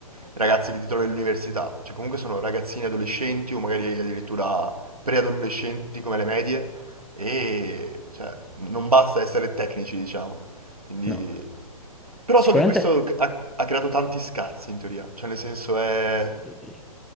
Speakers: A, on the right; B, in the centre.
A: ragazzi che ti trovi all'università, cioè comunque sono ragazzini adolescenti o magari addirittura preadolescenti come le medie, e cioè, non basta essere tecnici, diciamo. Quindi...
B: No,
A: Però
B: sicuramente
A: so che questo ha, ha creato tanti scazzi in teoria, cioè nel senso è...
B: Sì.